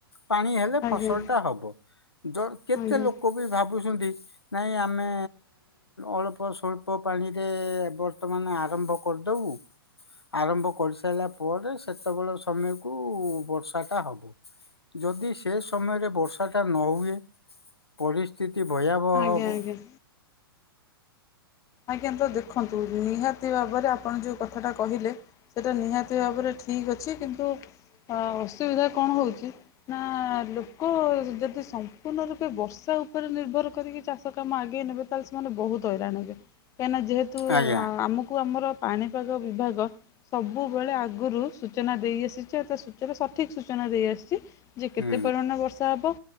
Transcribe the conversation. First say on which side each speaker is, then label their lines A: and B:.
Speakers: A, on the left; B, on the left.
A: ପାଣି ହେଲେ
B: ଆଜ୍ଞା
A: ଫସଲ ଟା ହବ ଜର କେତେ
B: ଆଜ୍ଞା
A: ଲୋକ ବି ଭାବୁସୁନ୍ତି ନାଇଁ ଆମେ ଅଳ୍ପ ସ୍ୱଳ୍ପ ପାଣିରେ ବର୍ତ୍ତମାନ ଆରମ୍ଭ କରିଦବୁ। ଆରମ୍ଭ କରିସାରିଲା ପରେ ସେତେବେଳେ ସମୟକୁ ବର୍ଷାଟା ହବ। ଯଦି ସେ ସମୟରେ ବର୍ଷାଟା ନ ହୁଏ, ପରିସ୍ଥିତି ଭୟାବହ
B: ଆଜ୍ଞା
A: ହେବ।
B: ଆଜ୍ଞା ଆଜ୍ଞା ତ ଦେଖନ୍ତୁ ନିହାତି। ନିତି ଭାବରେ ଆପଣ ଯେଉ କଥାଟା କହିଲେ, ସେଇଟା ନିହାତି ଭାବରେ ଠିକ୍ ଅଛି କିନ୍ତୁ ଅ ଅସୁବିଧା କଣ ହଉଛି ନା ଲୋକ ଯଦି ସମ୍ପୂର୍ଣ୍ଣ ରୂପେ ବର୍ଷା ଉପରେ ନିର୍ଭର କରିକି ଚାଷ କାମ ଆଗେଇ ନେବେ, ର ହଇଣହେବେ। କାହିଁକି ନା ଯେହେତୁ,
A: ଆଜ୍ଞା
B: ଆ, ଆମକୁ ଆମର ପାଣିପାଗ ବିଭାଗ, ସବୁବେଳେ ଆଗରୁ ସୂଚନା ଦେଇ ଆସିଛି। ଆଉ ତା ସୂଚନା ସଠିକ ସୂଚନା ଦେଇ ଆସିଛି, ଯେ କେତେ
A: ହୁଁ
B: ପରିମାଣ ବର୍ଷା ହେବ।